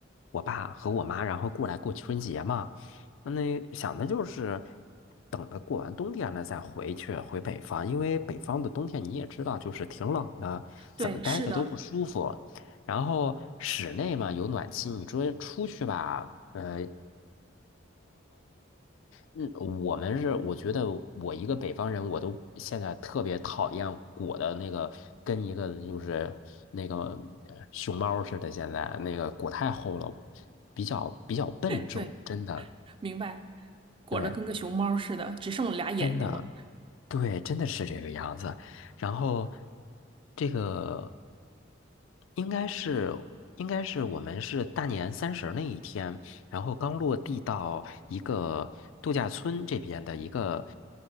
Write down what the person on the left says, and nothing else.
我爸和我妈然后过来过春节嘛，那想的就是等着过完冬天了再回去回北方，因为北方的冬天你也知道，就是挺冷的，
怎么待着都不舒服。
然后室内嘛有暖气，你说出去吧，呃，嗯，我们是，我觉得我一个北方人，我都现在特别讨厌裹的那个，跟一个就是那个呃熊猫似的，现在那个裹太厚了，比较比较笨重，
真的。
对，
真的，对，真的是这个样子。然后，这个应该是应该是我们是大年三十那一天，然后刚落地到一个度假村这边的一个